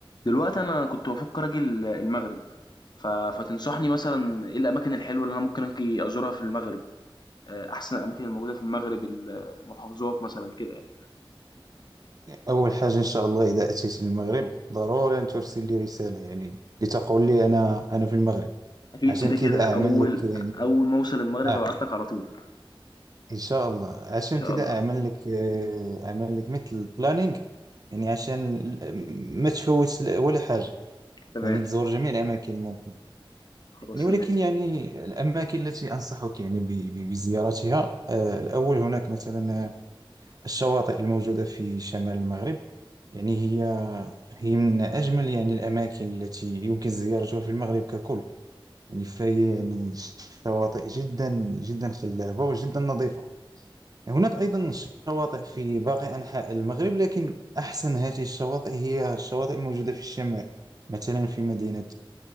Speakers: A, on the left; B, on the right.
A: دلوقتي أنا كنت بافكر أجي ال المغرب، ف فتنصحني مثلًا إيه الأماكن الحلوة اللي أنا ممكن آجي أزورها في المغرب، آآ أحسن الأماكن الموجودة في المغرب، المحافظات مثلًا كده يعني،
B: أول حاجة إن شاء الله إذا أتيت للمغرب ضروري أن ترسل لي رسالة يعني لتقول لي أنا أنا في المغرب
A: أكيد
B: عشان
A: كده،
B: كذا
A: كده
B: أعمل
A: أول
B: لك يعني
A: أول ما أوصل المغرب
B: آه
A: هابعت لك على طول
B: إن شاء الله عشان
A: إن شاء
B: كذا
A: الله،
B: أعمل لك آه، أعمل لك مثل بلانينغ يعني عشان ال- ما تفوت ولا حاجة
A: تمام،
B: يعني تزور جميع الأماكن الممكن
A: خلاص
B: يعني
A: تمام.
B: ولكن يعني الأماكن التي أنصحك يعني ب- ب- بزيارتها آه، الأول هناك مثلا الشواطئ الموجودة في شمال المغرب يعني هي هي من أجمل يعني الأماكن التي يمكن زيارتها في المغرب ككل يعني فهي يعني شواطئ جدا جدا خلابة وجدا نظيفة هناك أيضا شواطئ في باقي أنحاء المغرب لكن أحسن هذه الشواطئ هي الشواطئ الموجودة في الشمال مثلا في مدينة